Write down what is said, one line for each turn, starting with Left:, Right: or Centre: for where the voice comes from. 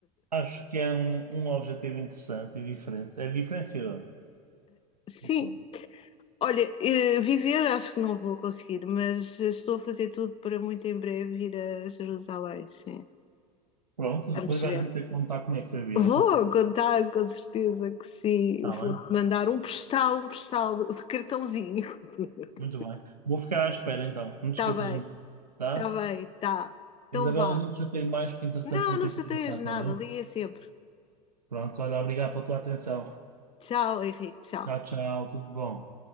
Right: Acho que é um, um objetivo interessante e diferente. É diferenciador.
Left: Sim,
Right: Muito bem.
Left: olha, eh, viver acho que não vou conseguir, mas estou a fazer tudo para muito em breve ir a Jerusalém, sim.
Right: Pronto,
Left: Vamos
Right: depois vais-me
Left: ver.
Right: ter que contar como é que foi a viagem.
Left: Vou contar, com certeza que sim.
Right: Está
Left: Vou-te
Right: bem?
Left: mandar um postal, um postal de cartãozinho. <laughs>
Right: Muito bem. Vou ficar à espera então. Não te
Left: Está
Right: esqueças
Left: bem,
Right: de mim. Tá?
Left: está bem, está. Então
Right: Isabela,
Left: vá.
Right: não te chatei mais que entretanto
Left: Não,
Right: vou
Left: não
Right: ter
Left: chateias
Right: que ir, tá
Left: nada,
Right: bem?
Left: liga sempre.
Right: Pronto, olha, obrigado pela tua atenção.
Left: Tchau, Henrique, tchau.
Right: Tchau, tchau. Tudo bom.